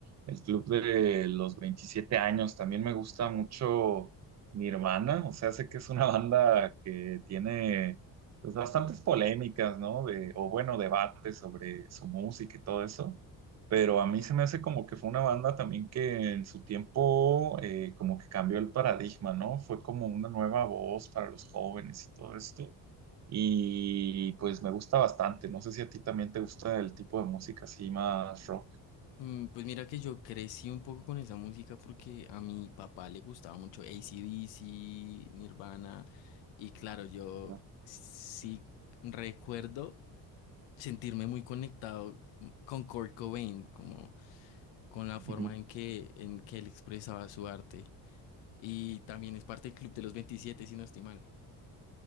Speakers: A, on the right; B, on the left.
A: el club de los veintisiete años. También me gusta mucho Nirvana, o sea, sé que es una <laughs> banda que tiene pues, bastantes polémicas, ¿no? De, o bueno, debates sobre su música y todo eso. Pero a mí se me hace como que fue una banda también que en su tiempo eh, como que cambió el paradigma, ¿no? Fue como una nueva voz para los jóvenes y todo esto y pues me gusta bastante. No sé si a ti también te gusta el tipo de música así más rock.
B: Mm, Pues mira que yo crecí un poco con esa música porque a mi papá le gustaba mucho AC/DC, Nirvana, y claro, yo
A: Ajá.
B: sí recuerdo sentirme muy conectado con Kurt Cobain, como con la forma
A: Ujú.
B: en que, en que él expresaba su arte. Y también es parte del Club de los veintisiete si no estoy mal.